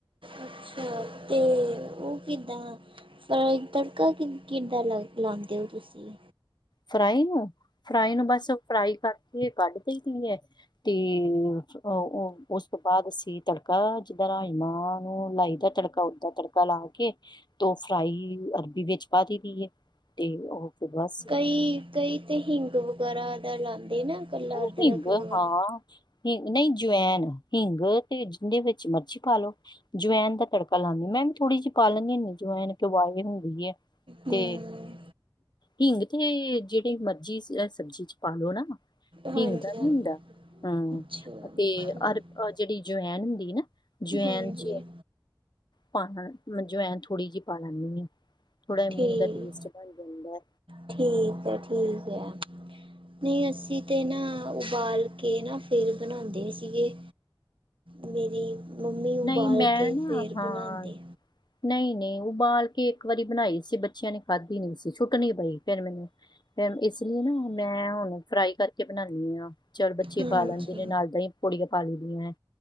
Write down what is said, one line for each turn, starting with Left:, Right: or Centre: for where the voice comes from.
Right: ਅੱਛਾ ਕੇ ਉਹ ਕਿੰਦਾਂ ਫਿਰ ਤੜਕਾ ਕਿੰਦਾ ਲਾਉਂਦੇ ਹੋ ਤੁਸੀਂ।
Left: ਫਰਾਈ ਨੂੰ ਫਰਾਈ ਨੂੰ ਬਸ ਫਰਾਈ ਕਰਕੇ ਕੱਢ ਦੇਈ ਦੀ ਹੈ। ਤੇ ਉਹ ਉਸ ਤੋਂ ਬਾਅਦ ਅਸੀਂ ਤੜਕਾ ਜਿੱਦਾਂ ਰਾਜਮਾਂ ਨੂੰ ਲਾਈਦਾ, ਤੜ ਤੜਕਾ ਲਾ ਕੇ ਤੋਂ ਫਰਾਈ ਅਰਬੀ ਵਿਚ ਪਾ ਦਈਦੀ ਏ। ਤੇ ਉਹ ਬਸ
Right: ਨਹੀਂ ਕਈ ਤੇ ਹਿੰਗ ਵਗੈਰਾ ਦਾ ਲਾਉਂਦੇ ਨਾ। ਇਕੱਲਾ
Left: <unintelligible>
Right: ਅਦਰਕ
Left: ਹਿੰਗ ਹਾਂ।
Right: ਵਗੈਰਾ
Left: ਹਿੰਗ, ਨਹੀਂ ਜਵੈਨ, ਹਿੰਗ ਤੇ ਜਿੰਦੇ ਵਿੱਚ ਮਰਜ਼ੀ ਪਾ ਲਓ। ਜਵੈਨ ਦਾ ਤੜਕਾ ਲਾਂਦੀ ਮੈਂਨਾ ਥੋੜੀ ਜਿਹੀ ਪਾ ਲੈਂਦੀ ਹੁੰਦੀ ਜਵੈਨ ਕਿਉਂ ਵਾਇਲ ਹੁੰਦੀ ਹੈ।
Right: ਹਮ
Left: ਤੇ ਹਿੰਗ ਤੇ ਜਿਹੜੀ ਮਰਜ਼ੀ ਸਬਜ਼ੀ 'ਚ ਪਾ ਲਓ ਨਾ।
Right: ਹਾਂਜੀ
Left: ਹਿੰਗ ਦਾ
Right: ਹਾਂਜੀ
Left: ਨੀ ਹੁੰਦਾ ਹੂੰ
Right: ਅੱਛਾ
Left: ਅਤੇ
Right: ਠੀਕ
Left: ਅਰਬ ਅ ਜਿਹੜੀ ਜਵੈਨ ਹੁੰਦੀ ਨਾ, ਜਵੈਨ
Right: ਹਾਂਜੀ
Left: 'ਚ ਪਾਣਾ ਜਵੇਨ ਥੋੜੀ ਜਿਹੀ ਪਾ ਲੈਂਦੀ ਆ, ਥੋੜ੍ਹਾ
Right: ਠੀਕ
Left: ਮੂੰਹ ਦਾ ਟੇਸਟ? ਬਾਈ ਬੰਦਾ
Right: ਠੀਕ ਹੈ, ਠੀਕ ਹੈ। ਨਹੀਂ, ਅਸੀਂ ਤੇ ਨਾ ਉਬਾਲ ਕੇ ਨਾ ਫਿਰ ਬਣਾਉਂਦੇ ਸੀਗੇ। ਮੇਰੇ ਮੰਮੀ ਉਬਾਲ
Left: ਨਹੀਂ ਮੈਂ
Right: ਕੇ
Left: ਨਾ
Right: ਫਿਰ
Left: ਹਾਂ
Right: ਬਣਾਉਂਦੇ।
Left: ਨਹੀਂ ਨਹੀਂ, ਉਬਾਲ ਕੇ ਇੱਕ ਵਾਰੀ ਬਣਾਈ ਸੀ। ਬੱਚਿਆਂ ਨੇ ਖਾਧੀ ਨਹੀਂ, ਸੀ ਸੁੱਟਨੀ ਪਈ ਫਿਰ ਮੈਨੂੰ। ਫਿਰ ਇਸ ਲਈ ਨਾ ਮੈਂ ਹੁਣ ਫਰਾਈ ਕਰਕੇ ਬਣਾਉਂਦੀ ਹਾਂ। ਚੱਲ, ਬੱੱਚੇ
Right: ਹਾਂਜੀ
Left: ਖਾ ਲੈਂਦੇ ਨੇ, ਨਾਲ ਦਹੀਂ ਪਕੌੜਿਆ ਪਾ ਲਈਦੀਆਂ ਹੈ।